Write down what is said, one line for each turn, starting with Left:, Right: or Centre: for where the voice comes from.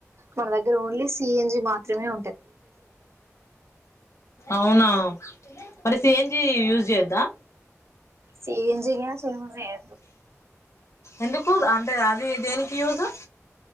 Right: మన దగ్గర ఓన్లీ సిఎన్జి మా త్రిమను
Left: అవునా మరి సఎంజి యూజ్ చేయొద్దా
Right: సిఎన్జి గ్యాస్ యూజ్ చేయద్దు
Left: ఎందుకు అంటే అది దేనికి యూజు